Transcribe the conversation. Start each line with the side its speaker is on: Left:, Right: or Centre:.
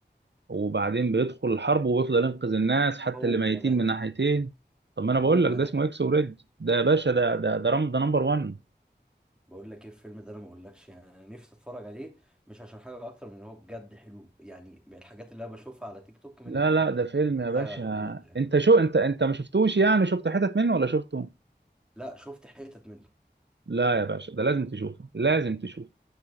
Right: وبعدين بيدخل الحرب ويفضل ينقذ الناس حتى
Centre: هو
Right: اللي ميتين
Centre: ده
Right: من ناحيتين طب ما انا بقول
Centre: هو
Right: لك
Centre: ده
Right: ده اسمه اكس وريد ده يا باشا ده ده ده رم ده نمبر 1
Centre: بقول لك ايه الفيلم ده انا ما اقولكش يعني انا نفسي اتفرج عليه مش عشان حاجه اكتر من ان هو بجد حلو يعني من الحاجات اللي انا بشوفها على تيك توك منه
Right: لا لا ده فيلم يا باشا
Centre: آه، مميته يعني
Right: انت شو انت انت ما شفتوش يعني شفت حتت منه ولا شفته
Centre: لا شفت حتت منه
Right: لا يا باشا ده لازم تشوفه لازم تشوفه